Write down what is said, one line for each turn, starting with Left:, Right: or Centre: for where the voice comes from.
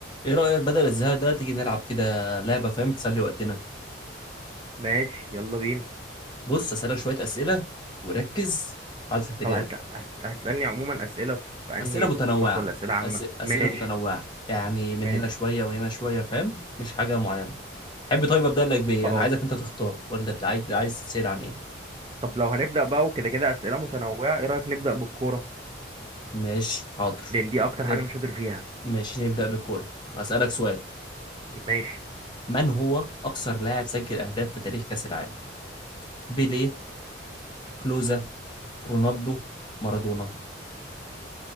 Left: ايه رأيك بدل الزهق ده تيجي نلعب كده لعبة فاهم تسلي وقتنا
Right: ماشي يلا بينا
Left: بص أسألك شوية أسئلة وركز عايزك تجاوب
Right: طب هت... هت... هتسألني عموما أسئلة في أنهي
Left: أسئلة متنوعة
Right: اختصاص ولا أسئلة عامة
Left: أس... أسئلة
Right: ماشي
Left: متنوعة يعني من
Right: ماشي
Left: هنا شوية وهنا شوية فاهم مش حاجة معينة حب طيب أبدأ لك بإيه
Right: خلاص
Left: أنا عايزك أنت تختار ولا أبدأ عايز عايز تسأل عن إيه
Right: طب لو هنبدأ بقى وكده كده أسئلة متنوعة إيه رأيك نبدأ بالكورة
Left: ماشي حاضر
Right: لأن دي أكتر
Left: نب...
Right: حاجة أنا شاطر فيها
Left: ماشي نبدأ بالكورة أسألك سؤال
Right: ماشي
Left: من هو أكثر لاعب سجل أهداف في تاريخ كأس العالم بيليه كلوزا رونالدو مارادونا